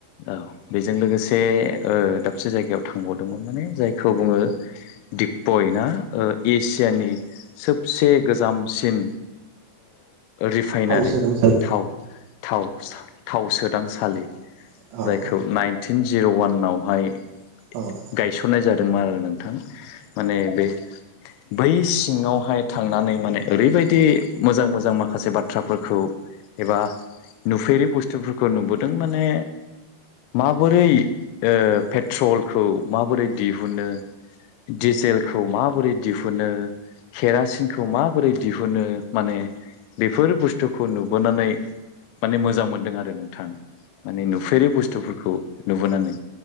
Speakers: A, on the left; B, on the right.
A: औ बेजों लोगोसे ओ दाबसे जायगायाव थांबावदोंमोन। माने जायखौ बुङो दिपपय ना एसियानि। सबसे गोजामसिन रिफाइनारि
B: थाव सोलोंसै
A: थाव थाव- थाव सोदांसालि
B: औ
A: जायखौ
B: औ
A: नाइनटिन जिर' वानावहाय
B: औ।
A: गायसननाय जादोंमोन आरो नोंथां माने बे बै सिङावहाय थांनानै माने ओरैबायदि मोजां मोजां माखासे बाथ्राफोरखौ एबा नुफेरि बुस्थुफोरखौ नुबोदों माने माबोरै ओ पेट्रलखौ माबोरै दिहुनो दिजेलखौ माबोरै दिहुनो केरासिनखौ माबोरै दिहुनो माने बेफोर बुस्थुखौ नुबोनानै माने मोजां मोनदों आरो नोंथां। माने नुफेरै बुस्थुफोरखौ नुबोनानै